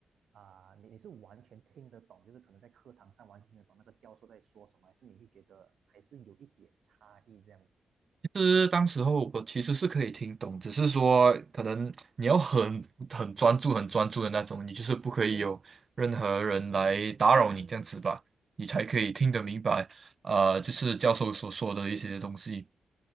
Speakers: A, on the right; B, on the right.
A: 啊、你你是完全听得懂，就是可能在课堂上完全听得懂那个教授在说什么，还是你会觉得还是有一点差异这样子？
B: 其实当时候我其实是可以听懂，只是说可能你要很很专注、很专注的那种，你就是不可以有任何人来打扰你这样子吧，你才可以听得明白，呃，就是教授所说的一些东西。